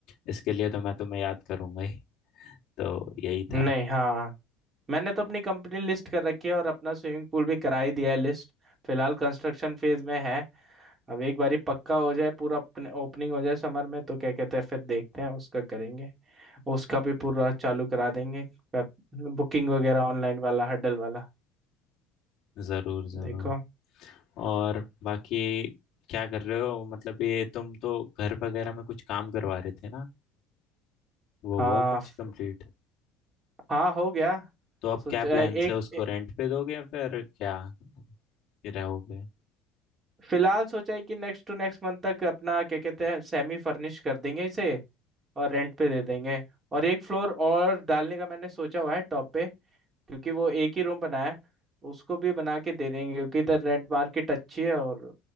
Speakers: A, on the left; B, on the right.
A: इसके लिए तो मैं तुम्हें याद करूंगा ही तो यही
B: नहीं
A: था
B: हाँ मैंने तो अपनी कंपनी लिस्ट कर रखी है और अपना स्विमिंग पूल भी करा ही दिया है लिस्ट फिलहाल कंस्ट्रक्शन फेज में है अब एक बारी पक्का हो जाए पूरा ओपनिंग हो जाए समर में तो क्या कहते हैं फिर देखते हैं उसका करेंगे उसका भी पूरा चालू करा देंगे बुकिंग वगैरह ऑनलाइन वाला हडल वाला
A: ज़रूर ज़रूर
B: देखो
A: और बाकी क्या कर रहे हो मतलब ये तुम तो घर वगैरह में कुछ काम करवा रहे थे ना वो
B: हाँ
A: हुआ कुछ
B: फ-
A: कंप्लीट
B: हाँ हो गया
A: तो अब
B: सोचा
A: क्या प्लान्स
B: है एक
A: है उसको
B: ए-
A: रेंट पे दोगे या फिर क्या ये रहोगे
B: फिलहाल सोचा है कि नेक्स्ट टू नेक्स्ट मंथ तक अपना क्या कहते हैं सेमी फर्निश कर देंगे इसे और रेंट पे दे देंगे और एक फ्लोर और डालने का मैंने सोचा हुआ है टॉप पे क्योंकि वो एक ही रूम बना है उसको भी बना के दे देंगे क्योंकि इधर रेंट मार्केट अच्छी है और